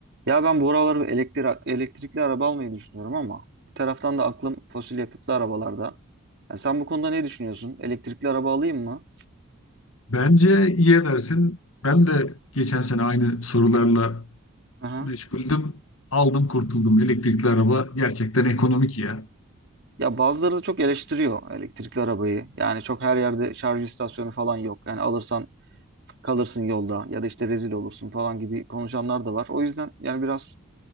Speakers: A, on the right (about 55°); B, on the left (about 70°).
A: Ya ben bu aralar bir elektri- elektrikli araba almayı düşünüyorum ama bir taraftan da aklım fosil yakıtlı arabalarda. Yani sen bu konuda ne düşünüyorsun? Elektrikli araba alayım mı?
B: Bence iyi edersin. Ben de geçen sene aynı sorularla
A: Aha.
B: meşguldüm. Aldım kurtuldum. Elektrikli araba gerçekten ekonomik ya.
A: Ya bazıları da çok eleştiriyor elektrikli arabayı. Yani çok her yerde şarj istasyonu falan yok. Yani alırsan kalırsın yolda ya da işte rezil olursun falan gibi konuşanlar da var. O yüzden yani biraz